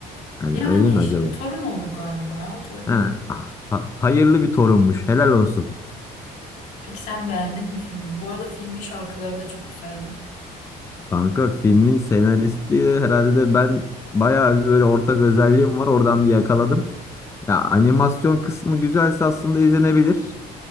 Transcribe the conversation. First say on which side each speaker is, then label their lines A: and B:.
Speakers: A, on the left; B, on the left.
A: Hani
B: Yani
A: öyle mi
B: işte
A: acaba?
B: torun olur galiba ya torun
A: Ha,
B: olur.
A: ah, ha- hayırlı bir torunmuş. Helal olsun.
B: Peki sen beğendin mi filmi? Bu arada filmin şarkıları da çok güzeldi.
A: Kanka filmin senaristi de herhalde ben bayağı bir böyle ortak özelliğim var. Oradan bir yakaladım. Ya animasyon kısmı güzelse aslında izlenebilir.